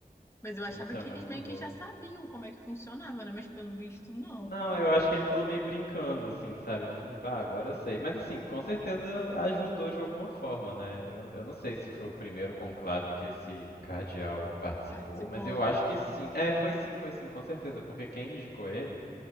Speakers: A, on the left (about 15°); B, on the left (about 85°).
A: Mas eu achava
B: Nossa,
A: que
B: é muito
A: eles meio
B: boa.
A: que já sabiam como é que funcionava, né? Mas pelo visto, não.
B: Não, eu acho que ele falou meio brincando, assim, sabe? De, tipo, ah, agora eu sei. Mas assim, com certeza ajudou de alguma forma, né? Eu, eu não sei se foi o primeiro conclave que esse cardeal participou,
A: Participou,
B: mas eu
A: né?
B: acho que sim. É, foi sim, foi sim, com certeza. Porque quem indicou ele